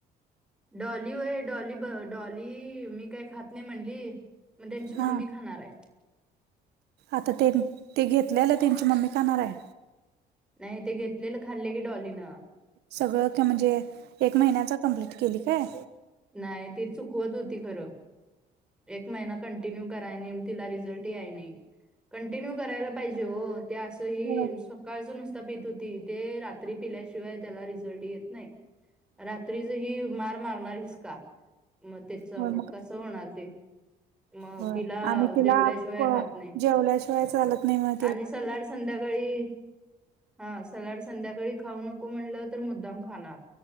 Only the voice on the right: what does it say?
हा
आता ते ते घेतल्यालं त्यांची मम्मी खाणार हाय.
सगळं म्हणजे एक महिन्याच कं्प्लीट केली काय?
होय
होय
हो
आणि तिला
जेवल्याशिवाय चालत नाही म